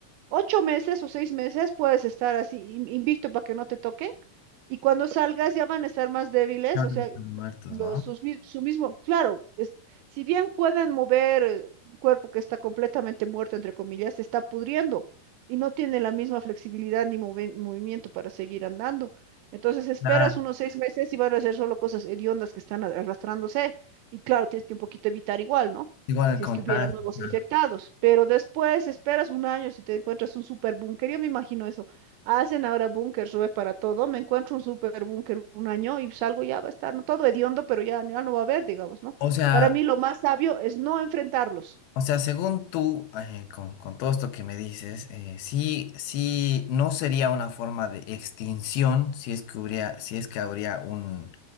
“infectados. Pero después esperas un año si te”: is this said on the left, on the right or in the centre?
Right